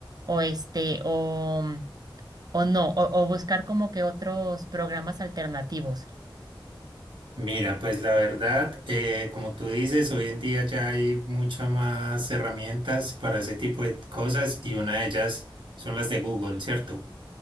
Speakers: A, on the right; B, on the right.
A: O este, o, o no, o, o buscar como que otros programas alternativos.
B: Mira, pues la verdad, eh, como tú dices, hoy en día ya hay muchas más herramientas para ese tipo de cosas y una de ellas son las de Google, ¿cierto?